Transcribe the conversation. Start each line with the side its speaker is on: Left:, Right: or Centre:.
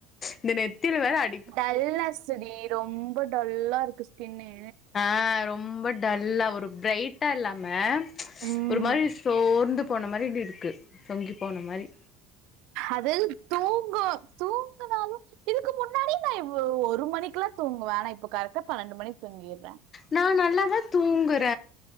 Left: இந்த நெத்தில வேற அ
Right: டல்னஸ்டி ரொம்ப டல்லா இருக்கு ஸ்கின்னே
Left: ஆ ரொம்ப டல்லா ஒரு ப்ரைட்டா இல்லாம
Right: ம்
Left: ஒரு மாரி சோர்ந்து போன மாரி இருக்கு சொங்கி போன மாரி
Right: அதது தூங்கு தூங்குனாலு இதுக்கு முன்னாடி நா இ ஒரு மணிக்குல்லா தூங்குவே நா இப்ப கரெடா பன்னெண்டு மணிக்கு தூங்கிறே
Left: நா நல்லாதா தூங்குற